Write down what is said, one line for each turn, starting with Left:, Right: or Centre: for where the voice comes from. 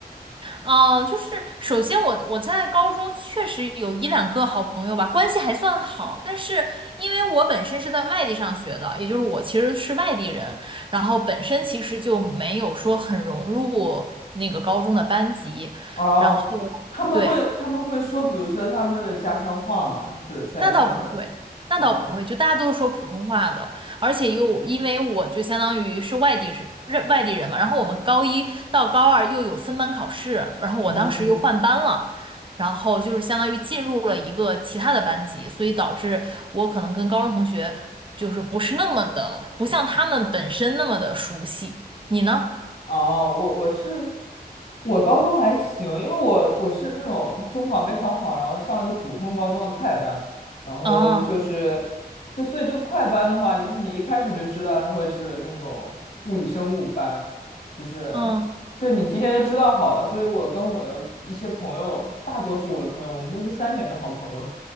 Right: 嗯，呃就是首先我我在高中确实有一两个好朋友吧，关系还算好。但是因为我本身是在外地上学的，也就是我其实是外地人，然后本身其实就没有说很融入那个高中的班级，
Left: 哦，
Right: 然后
Left: 他们会他们会说，
Right: 对。
Left: 比如说他们的家乡话嘛，就是在上课。
Right: 那倒不会，那倒不会，
Left: 哦，
Right: 就大家都是说普通话的，而且又因为我就相当于是外地是人外地人嘛，然后我们高一到高二又有分班考试，然后我当时又换班了，
Left: 嗯嗯。
Right: 然后就是相当于进入了一个其他的班级，所以导致我可能跟高中同学就是不是那么的，不像他们本身那么的熟悉。你呢？
Left: 哦，我我是我高中还行，因为我我是那种中考没考好，然后上了个普通高中的快班，然后就是对，
Right: 嗯
Left: 所以这个快班的话，就是你一开始就知道它会是那种物理生物班，就是
Right: 嗯，
Left: 对你提前就知道好了，所以我跟我的一些朋友，大多数我的朋友，我们都是三年的好朋友，